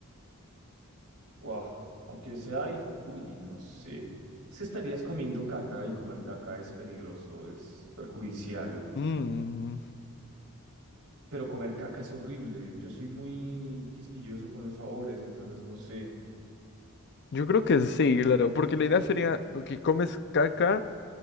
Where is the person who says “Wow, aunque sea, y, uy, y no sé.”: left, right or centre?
Right